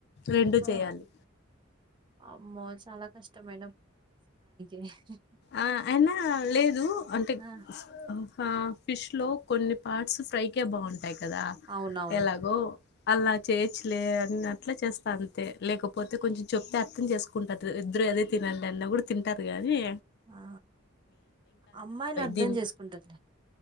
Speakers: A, on the left; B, on the right.
A: రెండు
B: ఆ
A: చేయాలి
B: అమ్మో చాల కష్టమే <unintelligible>
A: ఆ అయినా లేదు అంటే
B: ఆ
A: ఆ ఫిష్ లో కొన్ని పార్ట్స్ ఫ్రై కే బాగుంటాయి్ కదా
B: అవునవును
A: ఎలాగో అలా చేయొచ్చులే అన్న అట్ల చేస్తా అంతే లేకపోతే కొంచెం చెప్తే అర్థం చేసుకుంటారు ఇద్దరు అదే తినండి అన్న కూడ తింటారు గానీ
B: ఆ అమ్మాయిలు అర్థం
A: దీని
B: చేసుకుంటర్లే